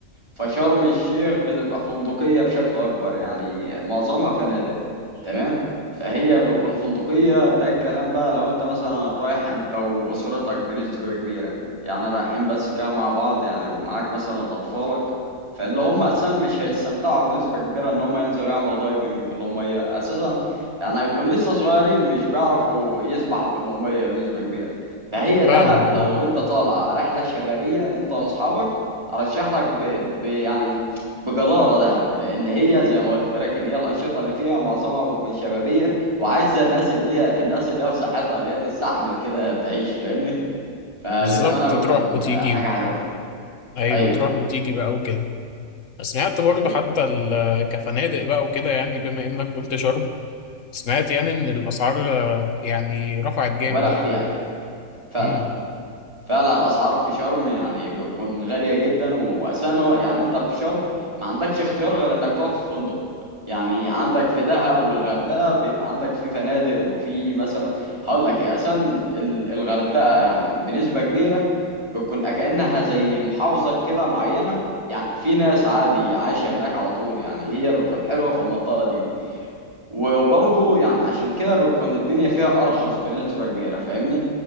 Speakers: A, on the right; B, on the left.
A: فشرم الشيخ بتبقى فندقية بشكل أكبر يعني معظمها فنادق تمام فهي بتكون فندقية ده الكلام بقى لو أنت مثلا رايح أنت وأسرتك بنسبة كبيرة يعني رايحين بس كده مع بعض يعني ومعاك مثلا أطفالك فاللي هم أساسا مش هيستمتعوا بنسبة كبيرة إن هم ينزلوا يعملوا دايفنج في المية أساسا يعني هيكون لسه صغيرين مش بيعرفوا يسبحوا في المية بنسبة كبيرة فهي دهب
B: فاهمك
A: لو
B: أه
A: انت طالع رحله شبابيه انت واصحابك ارشح لك ب... ب... يعني بجداره دهب لان هي زي ما قلت لك ان هي الانشطه اللي فيها معظمها بتكون شبابيه وعايزه الناس اللي هي الناس اللي هي في صحتها اللي هي تستحمل كده تعيش فاهمني فللامانه
B: بالظبط
A: بتكون
B: تروح وتيجي
A: حاجه
B: و...
A: حلوه
B: أيوه
A: ايوه
B: تروح وتيجي بقى وكده سمعت برضه
A: و-
B: حتى ال... كفنادق بقى وكده يعني بما إنك قلت شرم سمعت يعني إن الأسعار آه، يعني رفعت جامد
A: مبالغ
B: يعني
A: فيها فعلا
B: امم
A: فعلا الاسعار في شرم يعني بتكون غاليه جدا و- واساسا هو- يعني انت في شرم ما عندكش اختيار غير انك تقعد في فندق يعني عندك في دهب والغردقه بيبقى عندك في فنادق وفي مثلا هقول لك يا اساسا ال- الغردقه يعني بنسبه كبيره بتكون كانها زي محافظه كده معينه يعني في ناس عادي عايشه هناك على طول يعني هي بتكون حلوه في المنطقه دي دي. وبرضه يعني عشان كده بتكون الدنيا فيها أرخص بنسبة كبيرة فاهمني